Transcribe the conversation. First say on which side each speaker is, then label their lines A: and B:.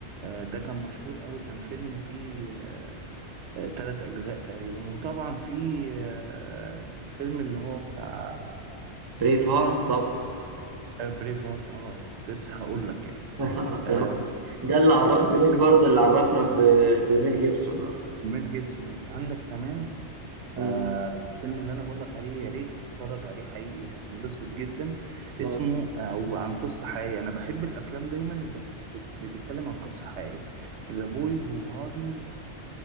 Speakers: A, on the right; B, on the right.
A: ده كان مشهور قوي كان فيلم فيه آه، آه، تلات أجزاء تقريبا وطبعا في آه، الفيلم اللي هو بتاع
B: بريف هارت طب
A: بريف هارت اه كنت لسه هقول لك يعني
B: <laughs>
A: آه،
B: ده ده اللي عرف بريف
A: فيلم
B: هارت اللي عرفنا ب... بميل جيبسون أصلا
A: ميل جيبسون انت عندك كمان
B: مم.
A: آه الفيلم اللي انا بقولك عليه يا ريت تتفرج عليه حقيقي هتنبسط جدا اسمه
B: آه.
A: آه وعن قصة حقيقية انا بحب الافلام دايما اللي بت- بتتكلم عن قصة حقيقية ذا بوي هو هارنسد